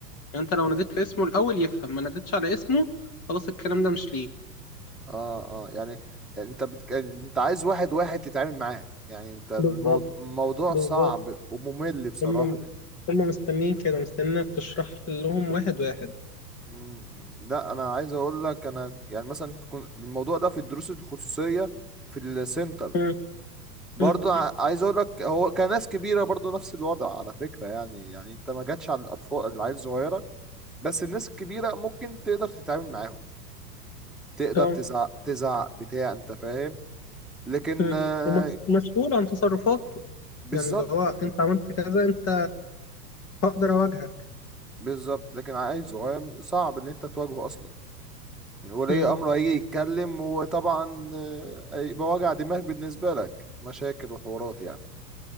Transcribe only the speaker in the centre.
اه اه يعني يعني انت بتك... انت عايز واحد واحد تتعامل معاه يعني انت الموضوع
الموضوع
صعب وممل بصراحة
مم. لا انا عايز اقول لك انا يعني مثلا كن- الموضوع ده في الدروس الخصوصيه في السنتر
برضه
ع- عايز اقول لك هو كناس كبيره برضه نفس الوضع على فكره يعني يعني انت ما جاتش على الاطفال العيال الصغيره بس الناس الكبيره ممكن تقدر تتعامل معاهم تقدر
تزعق تزعق بتاع انت فاهم لكن
آه،
بالظبط
بالظبط لكن عيل صغير صعب ان انت تواجهه اصلا ولي
امره هيجي يتكلم وطبعا آه، هيبقى وجع دماغ بالنسبه لك مشاكل وحوارات يعني